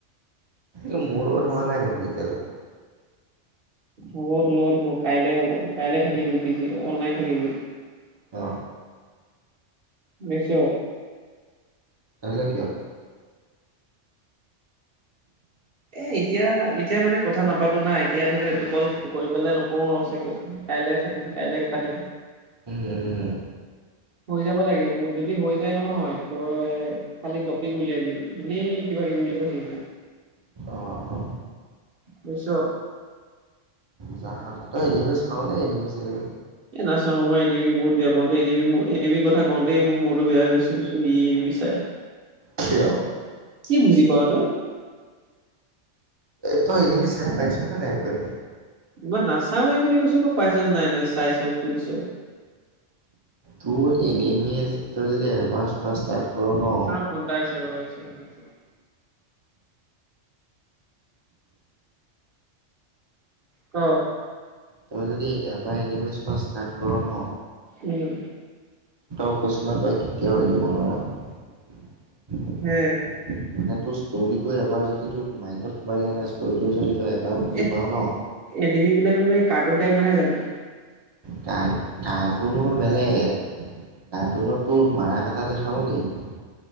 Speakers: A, on the right (about 30°); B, on the right (about 50°).
A: এই মোৰ লগত হোৱা নাই দেখোন এতিয়ালৈকে।
B: হ'ব তোৰ লগত হ'ব কাইলে হ'ব কাই থাকিবি বিজি অনলাইন থাকিবি।
A: অ।
B: শুনিছ।
A: কেহেলে কিয়?
B: এ এতিয়া এতিয়া মানে কথা নাপাতো না এতিয়া ধৰি লও এইটো কল কৰি পেলাই ন- পৌৰ চাগে কাইলে থাকিম কাইলে পাতিম।
A: উম উম।
B: হৈ যাব লাগে মোৰ যদি হৈ যায় নহয় তই খালি তপিক উলিয়াবি এনেই কিবা কিবি উলিয়াই থাকিবি।
A: অ অ।
B: বুজিছ।
A: যাহ তই এনেমি চাওঁ নে এনেমি চেনেমি?
B: এ নাচাও মই এনমি বহুত বেয়া পাওঁতে এনেমি মোৰ এনেমি কথা কওঁতেই মোৰ মোৰত বেয়া হৈ গৈছে ই এনেমি চাই।
A: কিয়?
B: কি বুজি পাও তই?
A: তই এনিমি চাই পাইছ নে নাই পোৱা এনে?
B: মই নাচাওৱে বুলি কৈছো, পাইছ নাই নাই চাইছ সুধিছ।
A: তোৰ এনিমিয়ে তই যদি এবাৰ ফাষ্ট ষ্টাৰ্ট কৰ ন?
B: ফোনটা আহিছে ৰ এক ছেকেণ্ড এক ছেকেণ্ড। ক?
A: তই যদি এনিমে চোৱা ষ্টাৰ্ট কৰ ন।
B: উম।
A: তই কৈছো ন তই কেতিয়াও এৰিব নোৱাৰ।
B: হে।
A: মানে তোৰ ষ্টৰি এবাৰ যদি তোৰ মাইণ্ডত সোমাই যায় না ষ্টৰিটো যদি তই এবাৰ বুজি
B: এ
A: পাও ন।
B: এনিমি বিলাক হলে, কাৰ্টুন টাইপ নহয় জানো?
A: কাৰ কাৰ্টুন হল বেলেগ। কাৰ্টুনত তোৰ মাৰা কাটা দেখাব নেকি?